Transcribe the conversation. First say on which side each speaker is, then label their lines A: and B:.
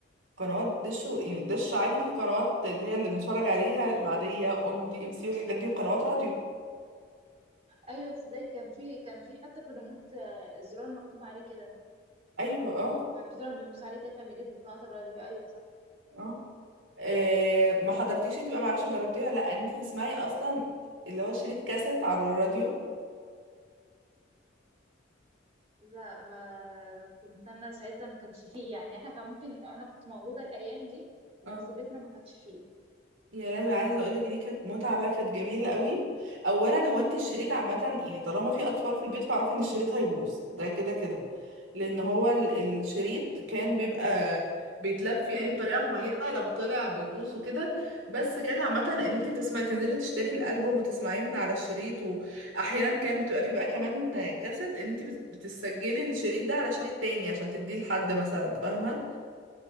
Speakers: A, on the right; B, on the right.
A: قنوات دش و- يعني دش عادي فيه قنوات اللي هي اللي بنتفرج عليها العادية اون ودي ام سي والحاجات دي وقنوات راديو
B: ايوه ازاي كان في كان في حتى في الريموت آه، الزرار مكتوب عليه كده
A: ايوه اه
B: كان في زرار بيمشي عليه كده كان بيجيب قناة الراديو ايوه
A: اه آه، ما حضرتيش انت بقى معرفش جربتيها ولا لا ان انت تسمعي اصلا اللي هو شريط كاسيت على الراديو
B: لا ما كنت انا ساعتها ما كانش فيه يعني احنا كان ممكن انا كنت موجوده الايام دي بس
A: اه
B: بيتنا ما كانش فيه
A: يا لهوي عايزه اقولك دي كانت متعه بقى كانت جميله قوي اولا هو انت الشريط عامه يعني طالما في اطفال في البيت فاعرفي ان الشريط هيبوظ ده كده كده لان هو ال- الشريط كان بيبقى بيتلف يعني بطريقه معينه
B: امم
A: لو طلع بيبوظ وكده بس كانت عامه ان انت تسمعي تنزلي تشتري الالبوم وتسمعيه من على الشريط واحيانا كان بتبقى فيه بقى كمان كاسيت ان انت بت- بتسجلي الشريط ده على شريط تاني عشان تديه لحد مثلا فاهمه